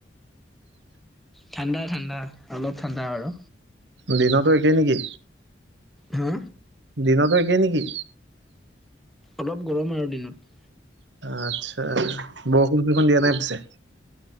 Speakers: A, in the centre; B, on the right (about 65°).
A: ঠাণ্ডা ঠাণ্ডা, অলপ ঠাণ্ডা আৰু।
B: দিনতো একেই নে কি?
A: হা?
B: দিনতো একে নেকি?
A: অলপ গৰম আৰু দিনত।
B: আচ্ছা, বৰষুণ -চৰষুণ দিয়া নাই পিছে?